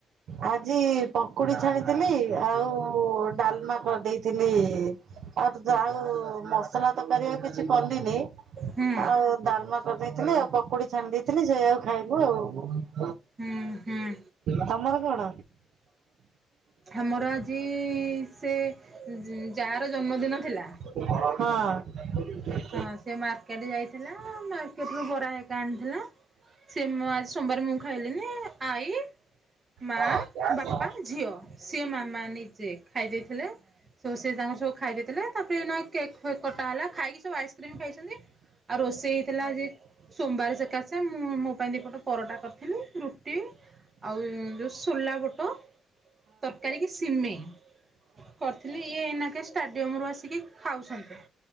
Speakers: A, on the right; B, on the right.
A: ଆଜି ପକୁଡି ଛାଣିଥିଲି ଆଉ ଡାଲମା କରି ଦେଇଥିଲି। ଆଉ ଆଉ ମସଲା ତରକାରୀ ଆଉ କିଛି କଲିନି
B: ହୁଁ
A: ଆଉ ଡାଲମା କରିଦେଇଥିଲି ଆଉ ପକୁଡି ଛାଣି ଦେଇଥିଲି ସେଇ ଆକୁ ଖାଇଲୁ ଆଉ।
B: ହୁଁ ହୁଁ
A: ତମର କଣ?
B: ଆମର ଆଜି ସେ ଯା ର ଜନ୍ମଦିନ ଥିଲା
A: ହଁ ଅ ହ <unintelligible>
B: ହଁ ସେ ମାର୍କେଟ ଯାଇଥିଲା, ମାର୍କେଟ ରୁ ବରା ହେରିକା ଆଣିଥିଲା। ସେ ମୁଁ ଆଜି ସୋମବାର ମୁଁ ଖାଇଲିନି ଆଇ ମା,
A: ହଁ ହଁ
B: ବାପା,
A: ହଁ
B: ଝିଅ, ସିଏ ମାମା ନିଜେ ଖାଇ ଦେଇଥିଲେ। ସୁ ସେ ତାଙ୍କର ସାଙ୍ଗର ସବୁ ଖାଇ ଦେଇଥିଲେ ତାପରେ ଏନା କେକ୍ ଫେକ କଟାହେଲା ଖାଇକି ଖାଇକି ସବୁ ଆଇସ୍କ୍ରିମ ଖାଇଛନ୍ତି, ଆଉ ରୋଷେଇ ହେଇଥିଲା ଯେ ସୋମବାର ସେକାସେ ମୁଁ ମୋ ପାଇଁ ଦିପଟ ପରଟା କରିଥିଲି, ରୁଟି ଆଉ ଉ ସୋଲାବୁଟ ତରକାରୀ କି ସିମେଇ। କରିଥିଲି ଇଏ ଏଇନାକେ ଷ୍ଟାଡିୟମ ରୁ ଆସିକି ଖାଉଛନ୍ତି।